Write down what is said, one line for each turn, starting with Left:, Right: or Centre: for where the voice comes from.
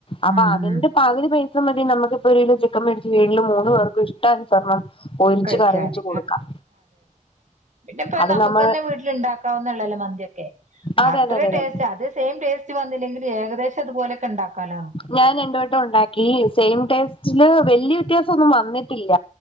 Left: അപ്പൊ
Right: ഉം
Left: അതിന്റെ
Right: ഉം
Left: പകുതി പൈ ഉണ്ടെങ്കി നമുക്കിപ്പോ ഒരു കിലോ ചിക്കൻ മേടിച് വീട്ടില് മൂന്ന് പേർക്ക്‌ ഇഷ്ട ട്ടാനുസർണം പൊരിച്ച്
Right: കഴിക്കാന്
Left: കറിവെച്ച് കൊടുക്കാം
Right: പിന്നെപ്പ അയ്ൻ
Left: അത്
Right: നമുക്കന്നെ
Left: നമ്മള്
Right: വീട്ടിൽ ഉണ്ടാക്കാവുന്നെ ഉള്ളു മന്തിയൊക്കെ
Left: അതെ
Right: അത്രെ
Left: അതെ അതെ അതെ
Right: ടേസ്റ്റ് അത് സെയിം ടേസ്റ്റ് വന്നില്ലെങ്കിലും എകദേശം അതുപോലെ ക്കെ ഉണ്ടാക്കാലോ നമുക്ക്
Left: ഞാൻ രണ്ട് വട്ടം ഉണ്ടാക്കി സെയിം ടേസ്റ്റില് വല്യ വ്യത്യാസം ഒന്നും വന്നിട്ടില്ല